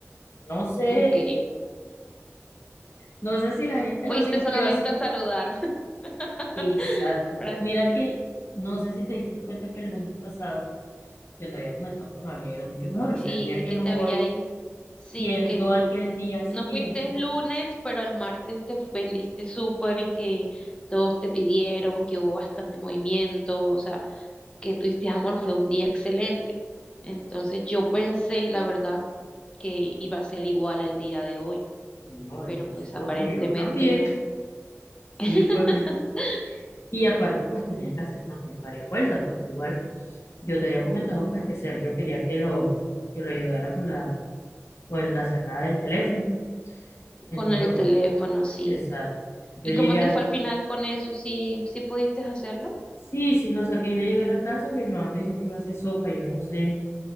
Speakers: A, on the left; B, on the left.
A: No sé,
B: Ok,
A: no sé si la gente
B: fuiste
A: lo sintió
B: solamente
A: así.
B: a saludar. <laughs>
A: Exacto.
B: para
A: Mira que, no sé si te diste cuenta que el lunes pasado yo te había comentado que me había ido mucho mejor,
B: Sí,
A: o sea, el día que
B: que
A: no
B: te había
A: voy,
B: ido. Sí,
A: yendo
B: que el-
A: aquel día siguiente,
B: no fuiste el lunes, pero el martes te vendiste súper y que todos te pidieron, que hubo bastante movimiento, o sea, que tuviste amor, fue un día excelente. Entonces yo pensé, la verdad, que iba a ser igual el día de hoy,
A: no,
B: pero
A: y no
B: pues
A: solo
B: aparentemente
A: tú, yo también.
B: no. <laughs>
A: Sí, fue, <laughs> y aparte pues tenía que hacer también varias vueltas, porque igual... Yo te había comentado pues que Sergio quería que lo, que lo ayudara con la, con la sacada del teléfono. Entonces,
B: Con el teléfono, sí.
A: exacto. Yo
B: ¿Y
A: llegué
B: cómo te
A: a-
B: fue al final con eso? ¿Sí, sí pudiste hacerlo?
A: sí, sí lo saqué. Yo llegué a la casa, pero mi mamá me dijo que iba a hacer sopa. Yo no sé,